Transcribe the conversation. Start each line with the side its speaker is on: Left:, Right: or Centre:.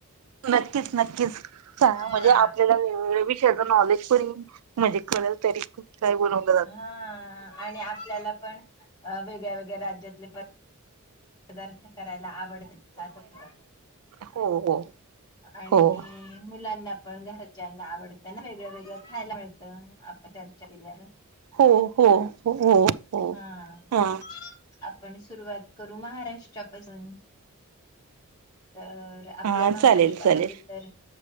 Right: नक्कीच नक्कीच का म्हणजे
Left: हा
Right: आपल्याला वेवेगळे वि नॉलेज म्हणज कळेल तरी का ब
Left: हा आणि आपल्याला पण वेगळ्या वेगळ्या राज्यातले प पदार्थ करायला आवडत असं होत
Right: हो हो
Left: आणि
Right: हो
Left: मुलांना पण घरच्या आवडत ना वेगळं वेगळं खायला मिळतं आपण चर्चा केल्यावर
Right: हो हो हो हो हो.
Left: हम्
Right: हा
Left: आपण सुरुवात करू महाराष्ट्रापासून तर आपल्या
Right: हा
Left: महाराष्ट्रामध्ये
Right: चालेल चालेल
Left: तर